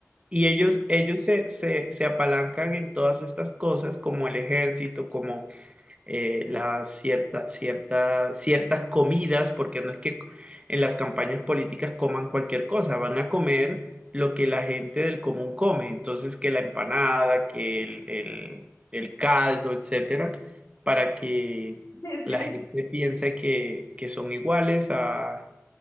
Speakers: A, on the right; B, on the left.
A: Y ellos, ellos se, se, se apalancan en todas estas cosas, como el ejército, eh, las cierta- cierta- ciertas comidas, porque no es que en las campañas políticas coman cualquier cosa, van a comer lo que la gente del común come, entonces que la empanada, que el, el- el caldo, etcétera, para que
B: <laughs> Es que
A: la gente piense que, que son iguales a,